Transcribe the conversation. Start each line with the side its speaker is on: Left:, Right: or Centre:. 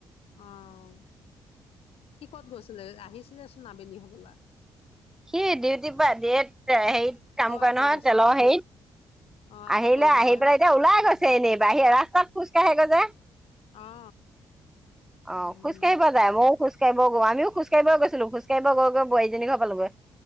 Left: অহ সি ক'ত গৈছিল আহি? ছিলে চোন আবেলি হ'বলা।
Centre: সি ডিউটিৰ পা দিয়ে হেৰি - কাম
Left: অ
Centre: কৰে
Left: আকৌ
Centre: নহয়
Left: গৈছিলে
Centre: তেলৰ হেৰিত,
Left: অ আকৌ
Centre: আহিলে
Left: গ'ল মানে
Centre: আহি পেলাই এতিয়া ওলাই
Left: আকৌ
Centre: গৈছে এনেই বাহিৰত ৰাস্তাত। খোজকাঢ়েগৈ যে।
Left: অ অ
Centre: অ
Left: উম
Centre: খোজ কাঢ়িব যায় মইও খোজকাঢ়ি বৰুৱানি খোজকাঢ়িব গৈছিলোঁ। খোজ কাঢ়িব গৈ গৈ বোৱাৰী জনীৰ ঘৰ পালুগৈ।